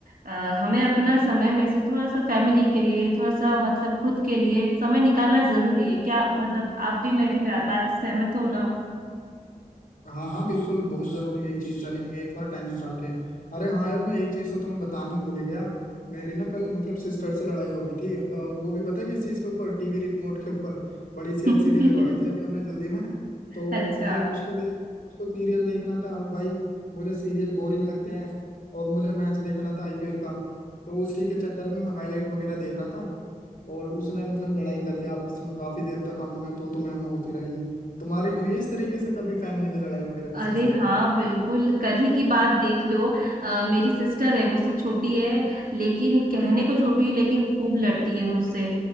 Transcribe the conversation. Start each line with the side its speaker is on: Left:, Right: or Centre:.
Right: अ, हमें अपना समय में से थोड़ा सा फैमिली के लिए थोड़ा सा मतलब खुद के लिए समय निकालना जरूरी है क्या मतलब आप भी मेरी बात से सहमत हो ना
Left: हाँ हाँ बिल्कुल बहुत जरूरी है ये चीज चलेंगे एक बार टाइम निकाल के अरे हाँ यार मैं एक चीज तो तुम्हें बताना भूल ही गया मेरी ना कल मतलब सिस्टर से लड़ाई हो गई थी अ, वो भी पता है किस चीज के ऊपर टीवी रिमोट के ऊपर बड़ी सी
Right: <laughs>
Left: एलसीडी लगवाई थी अभी हमने जल्दी में तो
Right: अच्छा
Left: मतलब उसको दे, उसको सीरियल देखना था और भाई मुझे सीरियल बोरिंग लगते हैं और मुझे मैच देखना था आईपीएल का तो उसी के चक्कर में मैं हाईलाइट वगैरह देख रहा था और उसने मतलब लड़ाई कर लिया आपस में काफी देर तक हमें तो तो मैं मैं होती रही तुम्हारी हुई है इस तरीके से कभी फैमिली में लड़ाई वगैरह किसी
Right: अरे हाँ बिल्कुल कल ही की बात देख लो अ, मेरी सिस्टर है मुझसे छोटी है लेकिन कहने को छोटी है लेकिन खूब लड़ती है मुझसे